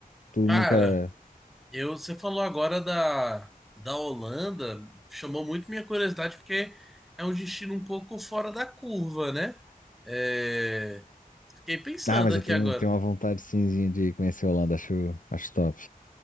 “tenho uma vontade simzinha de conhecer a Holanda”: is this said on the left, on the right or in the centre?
Left